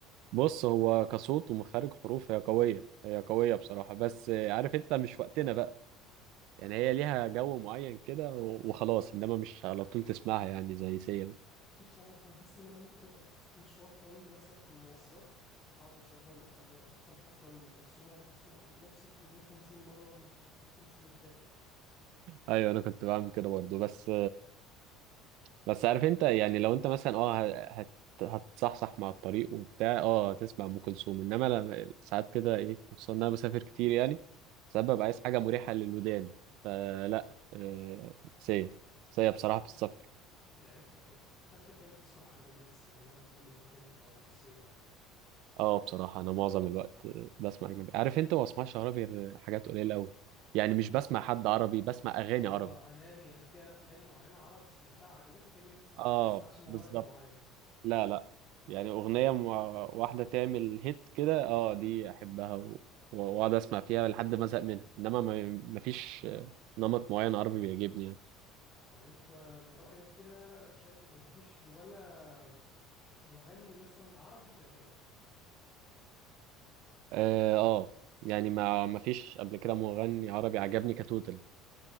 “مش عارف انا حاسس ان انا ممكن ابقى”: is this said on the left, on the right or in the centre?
Left